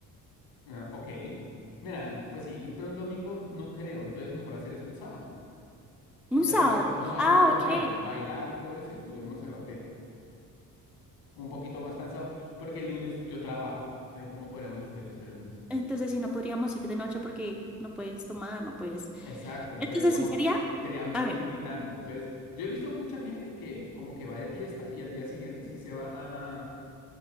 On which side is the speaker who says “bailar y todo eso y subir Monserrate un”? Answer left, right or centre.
Left